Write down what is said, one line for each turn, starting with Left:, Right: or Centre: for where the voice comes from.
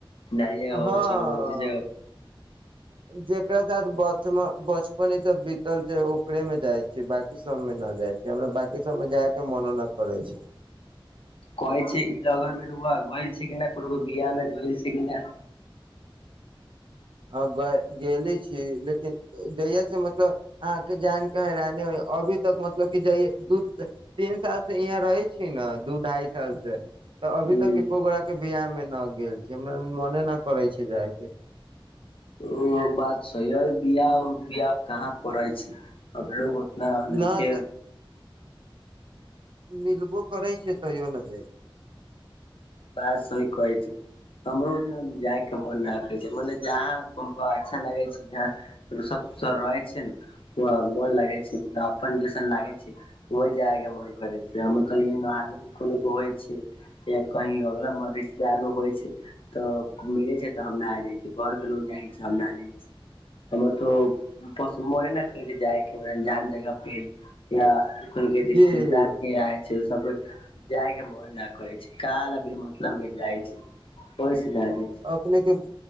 Left: दाल जगह होइ
Right: हँ
Left: छै जग
Right: जेकरा साथ बचपने सब बीतल छै ओकरे में जाइ छै ब बी सब मे न जाइ छै हमरा बकी सबमे जाय के मनो न करै छै
Left: कहै छै ई लगन मे रबआ गल छै कि न कोनो को बिआ मे गल छै कि नहि
Right: ह ग गेले छी लेकिन जहिया से मतलब आहके जानके हैरानी होइ अभी तक मतलब कि जइए दूध त तीन साल से यहाँ रहै छी ने दू ढाई साल से तऽ अभी
Left: हुं
Right: तक एको गोड़ा के बियाह मे न गेल छै हमारा मने न करे छै जाय के
Left: ओ बात सही हइ बिआह बिआह कहाँ पड़ै छै अरो होतना लैके
Right: न मिलबो करै छ तैयो ने जाइ छै
Left: बात सहि कहि छै हमरो उतना जाय के मन राखै छै मने जहाँ अच्छा लागै छै जहाँ सब रहै छै ने मोन लगे छै अपन जैसन लागे छै ओह जाय के मन करे छै हम त महलो कोनो होइ छ य कही अगला रिश्तेदारो होइ छै तऽ मिले छै तऽ हमरा आ जाय छै घर के लोग जाइ छै हमरा जाइ छै हमर तऽ ब मोने न करै छै जायके अनजान जगह पे या को
Right: छी
Left: के रिश्तेदार
Right: जी
Left: के आ छै सब जाय के मोन न करे छै काल त जाइ छै कोइ सुनहि
Right: अपने के